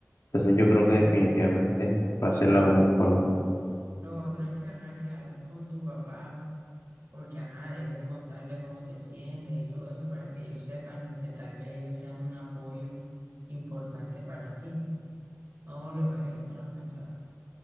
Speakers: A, on the left; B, on the right.
A: Entonces yo creo
B: Y
A: que
B: lo,
A: definitivamente va a ser la mejor forma.
B: lo otro es que, ajá, que hables con tu papá, porque, ajá, debes de contarle cómo te sientes y todo eso para que ellos sepan y que tal vez ellos sean un apoyo importante para ti. ¿No lo crees? ¿No lo has pensado?